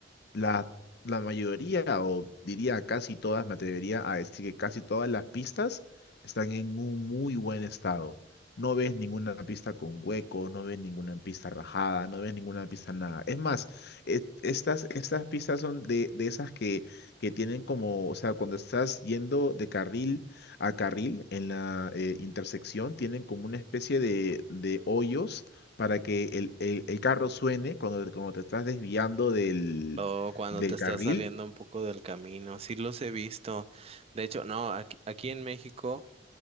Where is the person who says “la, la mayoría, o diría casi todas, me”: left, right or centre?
Left